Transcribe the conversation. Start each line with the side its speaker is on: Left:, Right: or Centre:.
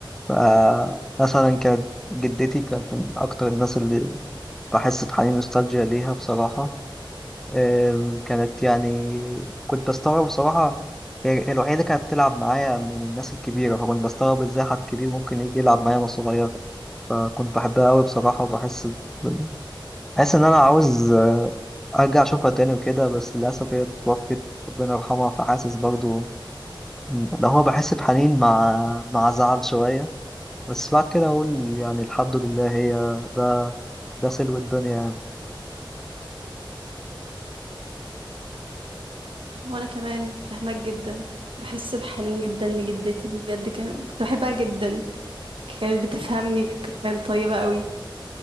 Centre: ف- مثلا كانت جدتي كانت من اكتر الناس اللي بحس بحنين نوستالجيا ليها بصراحه أم، كانت يعني كنت بستغرب بصراحة هي الوحيدة اللي كانت بتلعب معايا من الناس الكبيرة فكنت بستغرب ازاي حد كبير ممكن يجي يلعب معايا وانا صغير فكنت بحبها أوي بصراحة وبحس ب- حاسس إن أنا عاوز أرجع أشوفها تاني وكده بس للأسف هي اتوفت ربنا يرحمها فحاسس برضو اللي هو بحس بحنين مع مع زعل شوية بس بعد كده أقول يعني الحمد لله هي ده ده سلو الدنيا يعني
Right: وأنا كمان فهمك جدا بحس بحنين جدا لجدتي بجد كان- كنت بحبها جدا كانت بتفهمني وكانت طيبة قوي